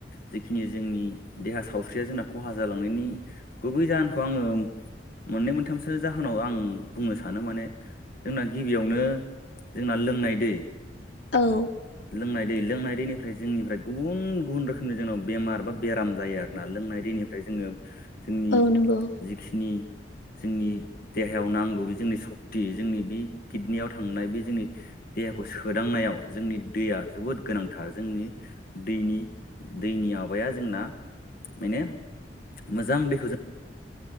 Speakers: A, on the left; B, on the left.
A: जिखिनि जोंनि देहा सावस्रिया जोंना खहा जालांनायनि गुबै जाहोनखौ आङो मोननै मोनथामसो जाहोनाव आं बुंनो सानो माने जोंना गिबियावनो जोंना लोंनाय दै
B: औ।
A: लोंनाय दै लोंनाय दैनिफ्राय जोंनिफ्राय गुबुन गुबुन रोखोमनि जोंनाव बेमार बा बेराम जायो। आरोना लों नाय दैनिफ्राय जोङो जोंनि
B: औ नंगौ
A: जिखिनि जोंनि देहायाव नांगौ बे जोंनि सक्ति जोंनि बे किडनियाव थांनाय बे जोंनि देहाखौ सोदांनायाव जोंनि दैया जोबोद गोनांथार। जोंनि दैनि दैनि माबाया जोंना माने मोजां बेखौ जों